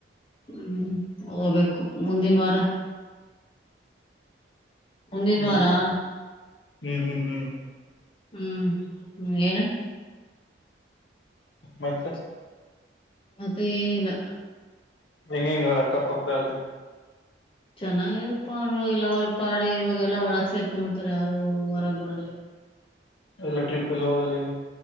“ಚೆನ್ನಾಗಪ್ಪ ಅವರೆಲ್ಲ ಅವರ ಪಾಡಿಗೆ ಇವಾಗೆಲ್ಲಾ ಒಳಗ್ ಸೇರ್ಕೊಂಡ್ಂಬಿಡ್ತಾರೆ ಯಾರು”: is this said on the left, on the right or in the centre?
Left